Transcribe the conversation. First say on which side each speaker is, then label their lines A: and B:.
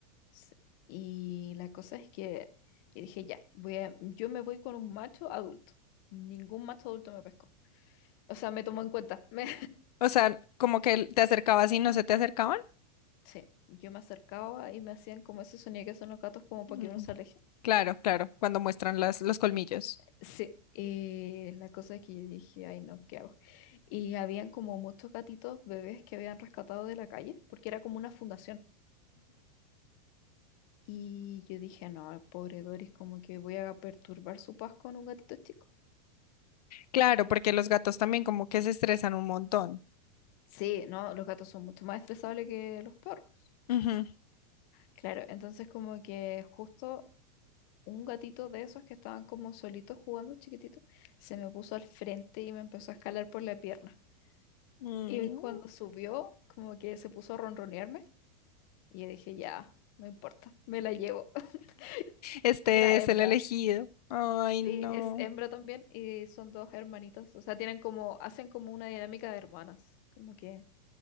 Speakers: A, on the left (about 30°); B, on the left (about 80°).
A: Sí. Y la cosa es que yo dije, ya, voy a- yo me voy con un macho adulto. Ningún macho adulto me pescó. O sea, me tomó en cuenta. <laughs> Me-
B: O sea, como que te acercabas y no se te acercaban.
A: Sí, yo me acercaba y me hacían como ese sonido que son los gatos como para
B: Mm,
A: que uno se aleje.
B: Claro, claro, cuando muestran las, los colmillos.
A: Sí, y la cosa es que yo dije, ay no, ¿qué hago? Y habían como muchos gatitos bebés que habían rescatado de la calle, porque era como una fundación. Y yo dije, no, pobre Doris, como que voy a perturbar su paz con un gatito chico.
B: Claro, porque los gatos también como que se estresan un montón.
A: Sí, no, los gatos son mucho más estresables que los perros.
B: Ujú.
A: Claro, entonces como que justo un gatito de esos que estaban como solitos jugando chiquitito, se me puso al frente y me empezó a escalar por la pierna.
B: Mm.
A: Y cuando subió, como que se puso a ronronearme. Y yo dije, ya, no importa, me la llevo. <laughs>
B: Este
A: Y era
B: es
A: hembra.
B: el elegido. Ay,
A: Sí,
B: no.
A: es hembra también y son dos hermanitas. O sea, tienen como, hacen como una dinámica de hermanas. Como que...